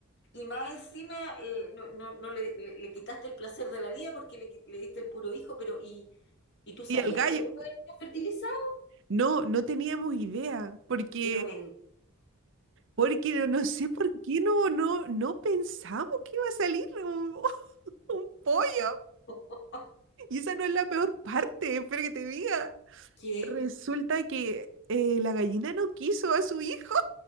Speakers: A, on the left; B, on the right.
A: y más encima eh, no, no, no le, le- le quitaste el placer de la vida porque le, qui- le diste el puro hijo, pero ¿y, y tú sabías
B: Y el gallo,
A: que el huevo venía fertilizado?
B: no, no teníamos idea, porque,
A: Pero mentira.
B: porque no, no sé por qué no, no, no pensamos que iba a salir un, <laughs> un pollo.
A: <laughs>
B: Y esa no es la peor parte, espera que te diga.
A: ¿Qué?
B: Resulta que eh, la gallina no quiso a su hijo.